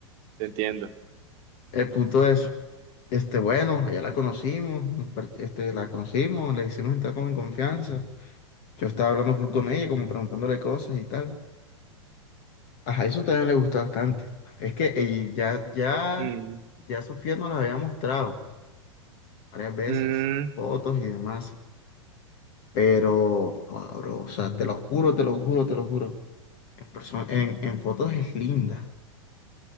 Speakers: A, on the right (about 40°); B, on the left (about 40°).
A: Te entiendo.
B: El punto es, este, bueno, allá la conocimos, nos par- este, la conocimos, le hicimos entrar como en confianza. Yo estaba hablando full con ella, como preguntándole cosas y tal. Ajá, eso también le gustó bastante. Es que ella- ya, ya,
A: Mm,
B: ya Sofía nos la había mostrado varias veces,
A: mm,
B: fotos y demás. Pero, joda, bro, o sea, te lo juro, te lo juro, te lo juro. En persona, en, en fotos es linda,